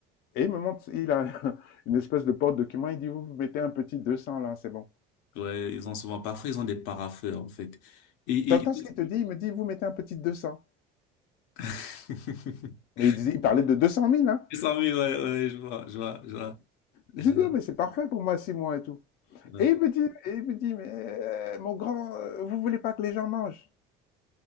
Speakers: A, on the left; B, on the left.
A: Et il me montre, il a <laughs> une espèce de porte-document. Il dit, vous mettez un petit 200 là, c'est bon.
B: Ouais, ils ont souvent pas parfois ils ont des paraffeurs en fait. Et,
A: T'entends ce
B: et...
A: qu'il te dit? Il me dit, vous mettez un petit 200.
B: <laughs>
A: Mais il disait, il parlait de 200 000, hein.
B: C'est ça, oui, <laughs> ouais, ouais, je vois, je vois, je vois,
A: J'ai
B: je vois.
A: dit, oh, mais c'est parfait pour moi, six mois et tout.
B: Ouais.
A: Et il me dit, et il me dit, mais euh, mon grand, euh, vous voulez pas que les gens mangent?